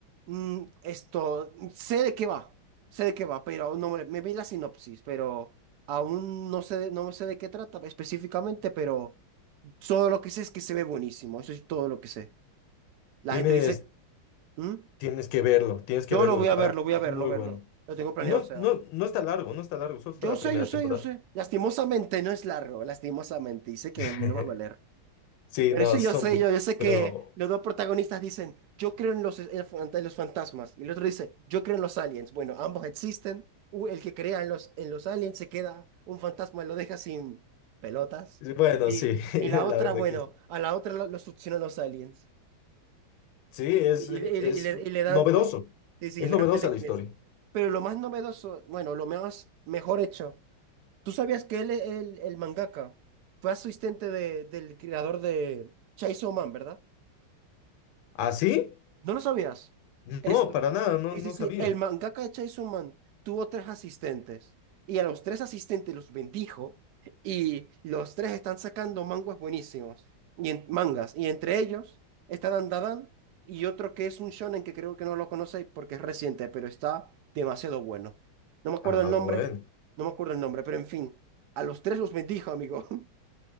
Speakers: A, on the right; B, on the left.
A: Mm, esto, sé de qué va, sé de qué va, pero no me, me vi la sinopsis, pero aún no sé, de- no sé de qué trata específicamente, pero todo lo que sé es que se ve buenísimo, eso es todo lo que sé. La
B: Tienes,
A: gente dice, "Mm,
B: tienes que verlo, tienes que
A: yo
B: verlo,
A: lo voy
B: está
A: a ver, lo voy a
B: muy
A: ver, lo verlo.
B: bueno.
A: Lo tengo planeado,
B: Y no,
A: o sea.
B: no, no está largo, no está largo, solo
A: Yo
B: está la
A: sé,
B: primera
A: yo sé,
B: temporada.
A: yo sé. Lastimosamente no es largo, lastimosamente. Y sé que
B: <laughs>
A: me va a doler.
B: Sí,
A: Pero
B: no,
A: eso
B: son,
A: yo sé, yo, yo sé
B: creo,
A: que los dos protagonistas dicen, yo creo en los, en fan- en los fantasmas. Y el otro dice, yo creo en los aliens. Bueno, ambos existen. U- El que crea en los, en los aliens se queda, un fantasma lo deja sin pelotas.
B: bueno,
A: Y,
B: sí, <laughs>
A: y la
B: la
A: otra,
B: verdad
A: bueno,
B: que sí.
A: a la otra lo, lo succionan los aliens.
B: Sí, es,
A: Y,
B: es
A: le, y le- y le- y le dan,
B: novedoso,
A: te- sí, sí,
B: es
A: le
B: novedosa
A: dan telequinesis.
B: la historia.
A: Pero lo más novedoso, bueno, lo más mejor hecho, ¿tú sabías que él, el, el mangaka, fue asistente de, del creador de Chainsaw Man, ¿verdad?
B: ¿Ah, sí?
A: ¿No lo sabías? Esto.
B: No, para nada, no,
A: Sí,
B: no
A: sí, sí.
B: sabía.
A: El mangaka de Chainsaw Man tuvo tres asistentes y a los tres asistentes los bendijo y los tres están sacando manguas buenísimos y en, mangas y entre ellos está Dan Dadan y otro que es un shonen que creo que no lo conocéis porque es reciente, pero está demasiado bueno. No me acuerdo
B: Ah,
A: el nombre,
B: bueno.
A: no me acuerdo el nombre, pero en fin, a los tres los bendijo, amigo. <laughs>